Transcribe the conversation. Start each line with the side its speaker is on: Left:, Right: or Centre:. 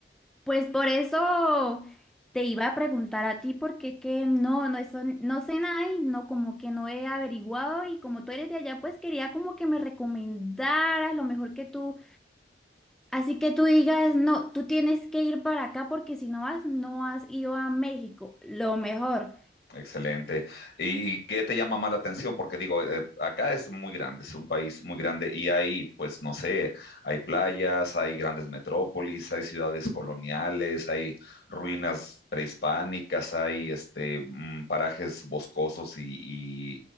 Centre: Pues por eso te iba a preguntar a ti, porque es que no, no, eso, no sé nada y no, como que no he averiguado y como tú eres de allá, pues quería como que me recomendaras lo mejor que tú, así que tú digas, no, tú tienes que ir para acá porque si no vas, no has ido a México, lo mejor.
Left: Excelente. ¿Y qué te llama más la atención? Porque digo, eh, acá es muy grande, es un país muy grande y hay, pues, no sé, hay playas, hay grandes metrópolis, hay ciudades coloniales, hay ruinas prehispánicas, hay este, mm, parajes boscosos y,